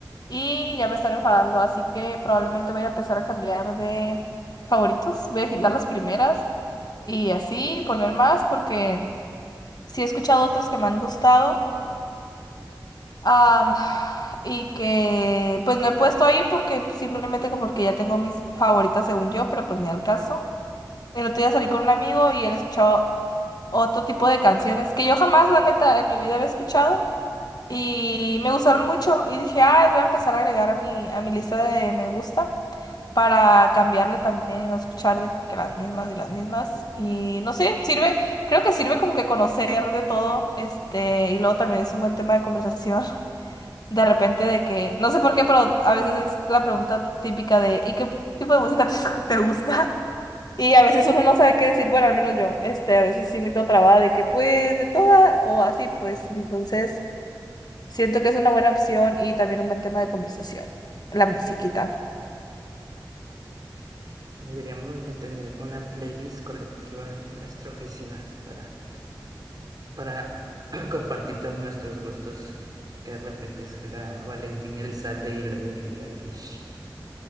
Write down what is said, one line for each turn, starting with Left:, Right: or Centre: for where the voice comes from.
Left: Y ya me están enfadando, así que probablemente voy a empezar a cambiar de favoritos. Voy a quitar las primeras y así poner más porque sí he escuchado otras que me han gustado. am, y que pues no he puesto ahí porque simplemente como porque ya tengo mis favoritas según yo, pero pues ni al caso. El otro día salí con un amigo y él escuchaba otro tipo de canciones que yo jamás, la neta, en mi vida había escuchado. Y me gustaron mucho y dije, ah, voy a empezar a agregar a mi, a mi lista de me gusta para cambiarle también y no escuchar de que las mismas y las mismas. Y no sé, sirve, creo que sirve como que conocer de todo, este, y luego también es un buen tema de conversación. <laughs> De repente de que, no sé por qué, pero a veces es la pregunta típica de, ¿y qué tipo de música te, <laughs> te gusta? Y a veces uno no sabe qué decir, bueno, al menos yo, este, a veces sí me quedo trabada de que pues de toda o así, pues entonces... Siento que es una buena opción y también un buen tema de conversación. La musiquita.
Right: Deberíamos de tener una playlist colectiva en nuestra oficina para para <clears throat> compartir todos nuestros gustos. Que de repente salga Valentín Elizalde y luego Billie Eilish.